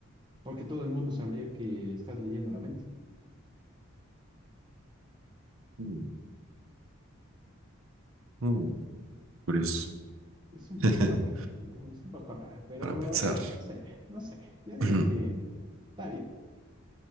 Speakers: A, on the right (about 20°); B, on the right (about 75°).
A: porque todo el mundo sabría que estás leyendo la mente.
B: Mm, mm, curioso.
A: Es un
B: <laughs>
A: poco rara, ¿no? Es un poco rara, pero
B: Para pensar.
A: eh, no sé, no sé. Yo digo
B: <clears throat>
A: que está bien.